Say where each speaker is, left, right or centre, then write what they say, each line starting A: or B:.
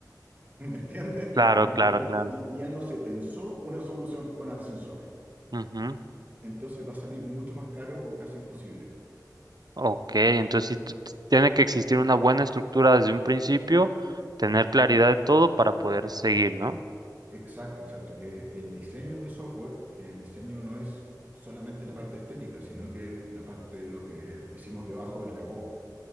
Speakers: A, on the right (about 25°); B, on the right (about 65°).
A: <laughs> ¿Me entiendes?
B: Claro,
A: Porque
B: claro,
A: ya,
B: claro.
A: ya no se pensó una solución con ascensor.
B: Ujú.
A: entonces va a salir mucho más caro o casi imposible.
B: Ok, entonces sí t- t- tiene que existir una buena estructura desde un principio, tener claridad de todo para poder seguir, ¿no?
A: Exacto, exacto, que es el diseño de software, que el diseño no es solamente la parte estética, sino que la parte de lo que decimos debajo del capó,